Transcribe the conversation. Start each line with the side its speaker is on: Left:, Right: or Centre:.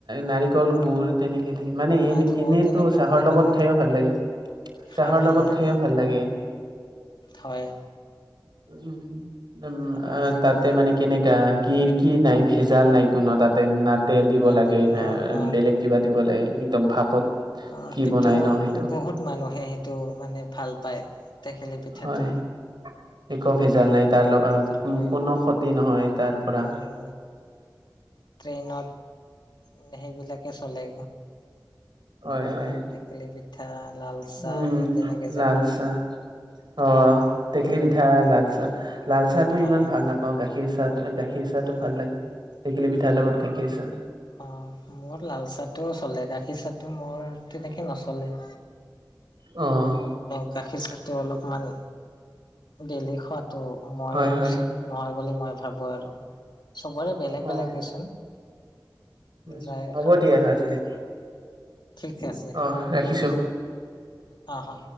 Right: নাৰি কল গুৰ
Left: অ
Right: তেনেকে দি মানে
Left: নাই
Right: এনে
Left: গুৰ
Right: এনেইতো
Left: তেনেকে
Right: চাহৰ
Left: দিলে
Right: লগত
Left: ভাল
Right: খাইও ভাল লাগে।
Left: খাই
Right: চাহৰ
Left: ভাল
Right: লগত
Left: লাগে।
Right: খাইও ভাল লাগে।
Left: হয়।
Right: উ, উম,
Left: আৰু
Right: আ
Left: আজিকালি
Right: তাতে মানে কেনেকে তাঁ কি কি নাই ভেজাল নাই কোনো তাতে, না তেল দিব
Left: তাতে
Right: লাগে,
Left: কোনো
Right: না
Left: অ
Right: বেলেগ কিবা দিব লাগে একদম ভাপত
Left: আঁ
Right: কি
Left: সেইটো
Right: বনাই ন সেইটো
Left: বহুত মানুহে সেইটো মানে ভাল পায়। টেকেলি পিঠাটো
Right: হয় একো ভেজাল নাই, তাৰ লগ
Left: হয়
Right: কোনো ক্ষতি নহয় তাৰপৰা।
Left: উম ট্ৰেইনত সেইবিলাকে চ'লে।
Right: হয় হয়।
Left: টেকেলি পিঠা লাল চাহ
Right: উম,
Left: তেনেকে যে
Right: লাল
Left: কয়।
Right: চাহ অ', টেকেলী পিঠা, লাল চাহ, লাল চাহ টো ইমান
Left: অ
Right: ভাল নাপাওঁ গাখীৰ চাহ খীৰ চাহটো ভাল
Left: অ
Right: লাগে, তেকিলি পিঠাৰ লগত গাখীৰ চাহ।
Left: অঁ, মোৰ লাল চাহটো চ'লে গাখীৰ চাহটো মোৰ তেনেকে নচলে।
Right: ওম
Left: গাখীৰ চাহটো অলপমান দেলি খোৱাত টো মই
Right: হয় হয়
Left: উচিত নহয় বুলি মই ভাবো আৰু চবৰে বেলেগ
Right: হয়।
Left: বেলেগ দেচোন
Right: উম,
Left: যায়
Right: হ'ব
Left: খাব
Right: দিয়া
Left: পাৰে
Right: আজিলে
Left: <unintelligible> ঠিক আছে।
Right: অ' ৰাখিছোঁ।
Left: হা হা